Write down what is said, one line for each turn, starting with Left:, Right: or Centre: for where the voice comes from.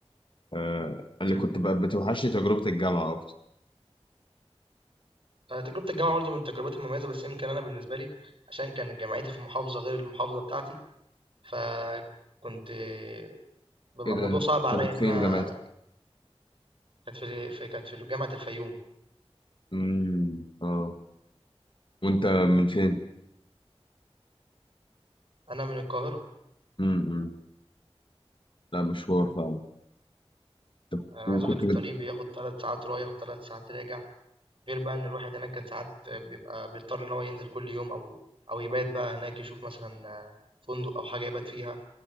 Left: آه، اللي
Right: مم.
Left: كنت بقى بتوحشني تجربة الجامعة أكتر
Right: آه، تجربه الجامعه برضو من التجربات المميزه بس يمكن انا بالنسبه لي عشان كان جامعتي في محافظه غير المحافظه بتاعتي فكنت آه، بيبقى
Left: إيه ده؟
Right: الموضوع صعب عليا
Left: كانت
Right: ان
Left: فين
Right: انا
Left: جامعتك؟
Right: كانت في في- كانت في جامعه الفيوم
Left: امم اه وأنت من فين؟
Right: انا من القاهره
Left: امم لا مشوار فعلا طب
Right: انا
Left: وكنت
Right: عايز اقول لك الطريق بياخد ثلاث ساعات رايح وثلاث ساعات راجع غير بقى إن الواحد هناك كان ساعات بيبقى بيضطر إن هو ينزل كل يوم أو أو يبات بقى هناك يشوف مثلا آه، فندق أو حاجة يبات فيها